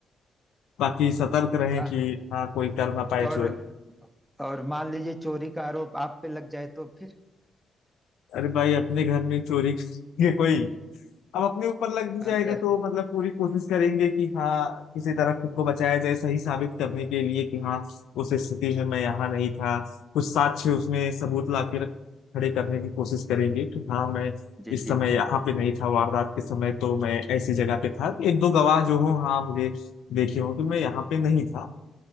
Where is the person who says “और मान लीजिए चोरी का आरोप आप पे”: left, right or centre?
Centre